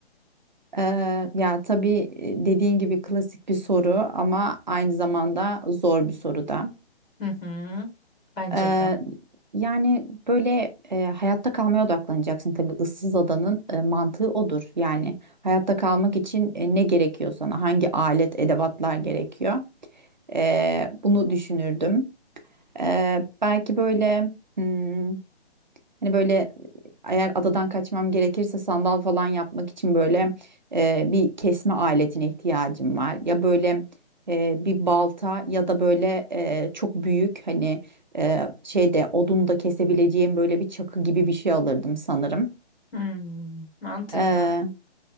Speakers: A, on the right; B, on the left.
A: Ee, ya tabii e, dediğin gibi klasik bir soru ama aynı zamanda zor bir soru da.
B: Hı hı. Bence
A: Eee,
B: de.
A: yani böyle eee, hayatta kalmaya odaklanacaksın tabii ıssız adanın eee, mantığı odur. Yani hayatta kalmak için e, ne gerekiyor sana? Hangi alet, edevatlar gerekiyor? Eee, bunu düşünürdüm. Eee, belki böyle hmm, Hani böyle eğer adadan kaçmam gerekirse sandal falan yapmak için böyle e, bir kesme aletine ihtiyacım var. Ya böyle e, bir balta ya da böyle e, çok büyük hani e, şeyde odun da kesebileceğim böyle bir çakı gibi bir şey alırdım sanırım.
B: Hmm, mantıklı.
A: Eee,